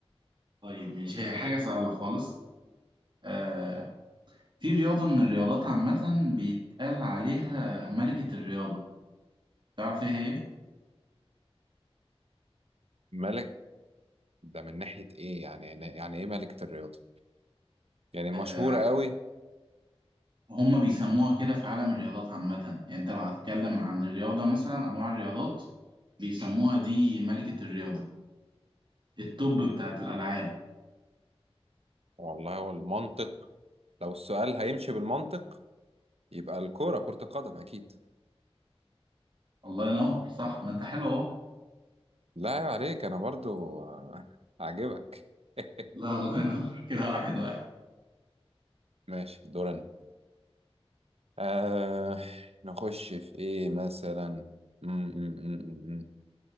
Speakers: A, on the right (about 45°); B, on the right (about 70°).
A: طيب ماشي هي حاجة سهلة خالص آه في رياضة من الرياضات عامة بيتقال عليها ملكة الرياضة تعرف إيه هي؟
B: مالك ده من ناحية إيه يعني يعني يعني إيه ملكة الرياضة؟ يعني
A: آه
B: مشهورة قوي
A: هم بيسموها كده في عالم الرياضات عامة يعني أنت لو هتتكلم عن الرياضة مثلا أنواع الرياضات بيسموها دي ملكة الرياضة التوب بتاعت الألعاب
B: والله هو المنطق لو السؤال هيمشي بالمنطق يبقى الكورة كرة القدم أكيد
A: الله ينور صح ما انت حلو اهو
B: لا عيب عليك أنا برضو آه، عاجبك <laughs>
A: لا الله ينور <laughs> كده واحد واحد
B: ماشي دورنا آه نخش في إيه مثلا م- م- م- م- م.